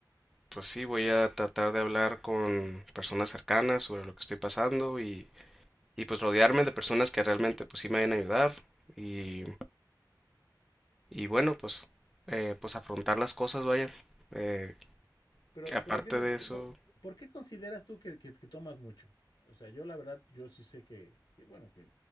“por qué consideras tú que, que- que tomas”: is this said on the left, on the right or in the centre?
Left